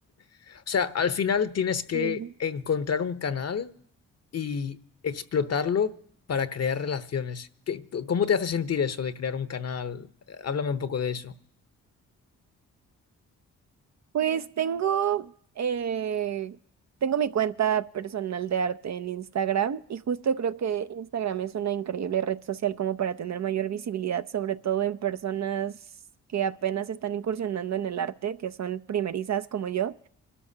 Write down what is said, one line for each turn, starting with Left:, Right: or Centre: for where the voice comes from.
Left: o sea, al final tienes que
Right: Sí.
Left: encontrar un canal y explotarlo para crear relaciones. ¿Qué- cómo te hace sentir eso de crear un canal? Eh, Háblame un poco de eso.
Right: Pues tengo, eh, tengo mi cuenta personal de arte en Instagram y justo creo que Instagram es una increíble red social como para tener mayor visibilidad, sobre todo en personas que apenas están incursionando en el arte, que son primerizas como yo,